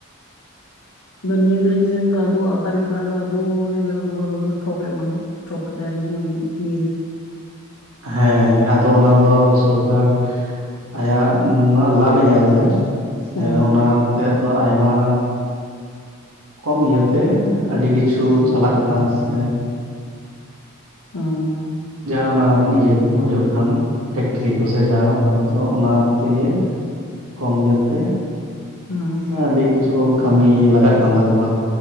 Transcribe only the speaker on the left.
ᱟᱫᱚ ᱱᱤᱭᱟᱹ ᱠᱚᱫᱚ ᱡᱤᱱᱤᱥ ᱫᱚ ᱟᱵᱚ ᱟᱣᱛᱟ ᱨᱮᱜᱮ ᱯᱟᱲᱟᱜ ᱫᱚ ᱟᱵᱩ <unintelligible> ᱴᱷᱚᱠ ᱮ ᱵᱚᱱᱟ ᱠᱚ ᱛᱷᱚᱠ ᱠᱟᱛᱮᱫ ᱟᱠᱚ ᱤᱭᱟᱹᱭᱮᱫᱟ᱾
ᱚ
ᱚ
ᱦᱩᱸ
ᱦᱮᱸ